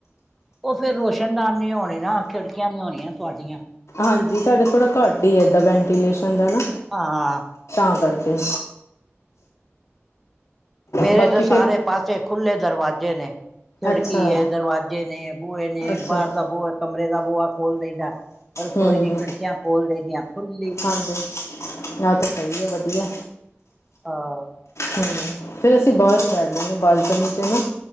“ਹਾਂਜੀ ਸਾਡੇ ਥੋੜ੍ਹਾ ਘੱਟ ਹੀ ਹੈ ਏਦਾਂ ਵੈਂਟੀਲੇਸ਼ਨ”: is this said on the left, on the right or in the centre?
Left